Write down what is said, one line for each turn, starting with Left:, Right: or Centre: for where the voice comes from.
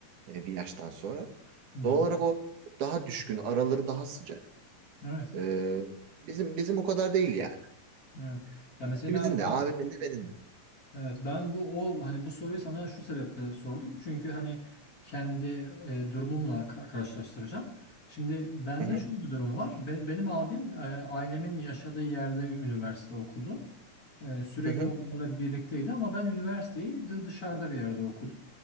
Right: e, bir yaştan sonra.
Left: Hı hı.
Right: Doğal olarak o daha düşkün, araları daha sıcak.
Left: Evet.
Right: Ee, bizim bizim o kadar değil yani.
Left: Evet. Ya mesela
Right: İkimizin
Left: ben
Right: de abimin de benim de.
Left: Evet ben bu o hani bu soruyu sana şu sebeple sordum. Çünkü hani kendi e, durumumla ka- karşılaştıracağım. Şimdi bende
Right: Hı hı.
Left: şöyle bir durum var. Be- benim abim e, ailemin yaşadığı yerde üniversite okudu. E, sürekli
Right: Hı hı.
Left: onlarla birlikteydi ama ben üniversiteyi dı- dışarıda bir yerde okudum.